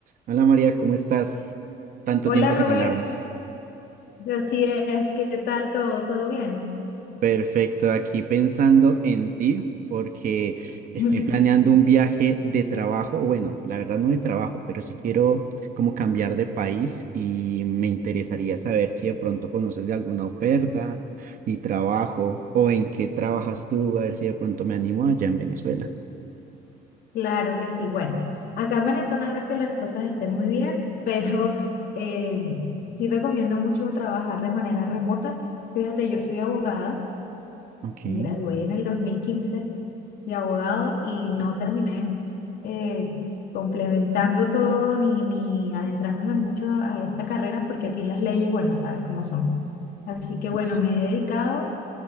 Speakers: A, on the right; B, on the left.
A: Hola María, ¿cómo estás? Tanto
B: Hola
A: tiempo
B: Rubén,
A: sin hablarnos.
B: así es, ¿qué tal todo? ¿Todo bien?
A: Perfecto, aquí pensando en ti porque estoy
B: <laughs>
A: planeando un viaje de trabajo, bueno, la verdad no de trabajo, pero sí quiero como cambiar de país y me interesaría saber si de pronto conoces de alguna oferta y trabajo o en qué trabajas tú, a ver si de pronto me animo allá en Venezuela.
B: Claro que sí. Bueno, acá en Venezuela no es que las cosas estén muy bien, <laughs> pero eh, sí recomiendo mucho trabajar de manera remota. Fíjate, yo soy abogada,
A: Ok,
B: me gradué en el 2015 de abogado y no terminé eh, complementando todo ni, ni adentrándome mucho a esta carrera porque aquí las leyes, bueno, sabes cómo son. Así que bueno,
A: sí,
B: me he dedicado